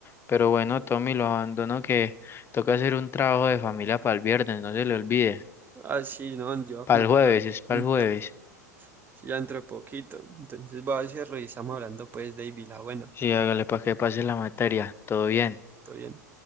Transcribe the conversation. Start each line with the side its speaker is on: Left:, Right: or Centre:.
Left: pero bueno, Tommy, lo abandono que toca hacer un trabajo de familia para el viernes, no se le olvide.
Right: Así, no, yo voy a
Left: Para
Right: comentar.
Left: el jueves, es para
Right: Entonces,
Left: el jueves.
Right: ya dentro de poquito. Entonces voy a ver si revisamos hablando pues, David, la buena.
Left: Sí, hágale para que pase la materia. Todo bien.
Right: Todo bien.